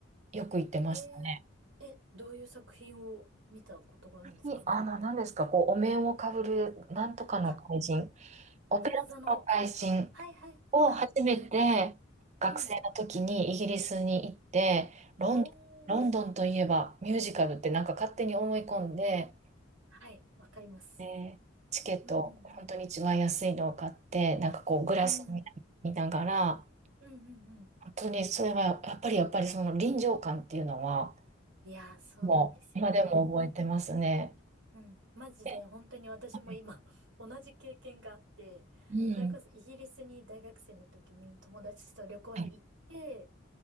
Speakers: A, on the right; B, on the right.
A: よく行ってましたね。
B: えー、え、どういう作品を見たことがあるんですか
A: に、あの、何ですか、こう、お面をかぶる、なんとかの怪人、
B: あ、
A: オペラ座の怪人
B: オペラ座の。はいはいはい。
A: を初めて、
B: あ、
A: 学生の時にイギリスに行って、
B: うん。
A: ロンドン、
B: おー。
A: ロンドンといえばミュージカルってなんか勝手に思い込んで、
B: はい、わかります。
A: でチケット、
B: うんうん
A: 本当に一番安いのを買って、なんかこう、グラス見な見ながら、
B: うん。うん、うん、うん、うん。
A: 本当にそれは、やっぱりやっぱりその臨場感っていうのは、
B: いやー、そうなんですよね。
A: もう、今でも覚えてますね。
B: うん、マジで本当に私も今
A: ではい
B: <laughs> 同じ経験があって、
A: うん。
B: それこそイギリスに大学生の時に友達と旅行に行って、
A: はい。